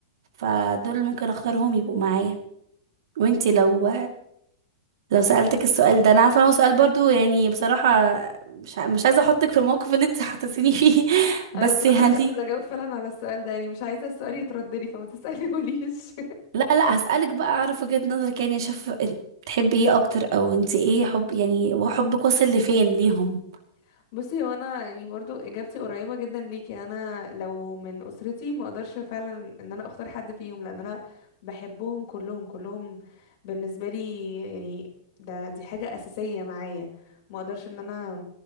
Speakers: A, on the right; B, on the left.
A: فدول ممكن اختارهم يبقوا معايا وانتي لو لو سألتك السؤال ده انا عارفه ان هو سؤال برضو يعني بصراحه مش ع- مش عايزه احطك في الموقف اللي انت حطيتيني فيه <laughs> بس
B: انا الصراحه
A: يعني
B: مش عايزه اجاوب فعلا على السؤال ده يعني مش عايزه السؤال يترد لي فما تساليهوليش
A: لا لا هسألك بقى اعرف وجهة نظرك يعني اشوف إنت بتحبي ايه اكتر او انت ايه حب يعني وحبك وصل لفين ليهم
B: <laughs> بصي هو انا يعني برضو اجابتي قريبه جدا ليكي انا لو من اسرتي ما اقدرش فعلا ان انا اختار حد فيهم لان انا بحبهم كلهم كلهم بالنسبه لي يعني ده دي حاجه اساسيه معايا ما اقدرش ان انا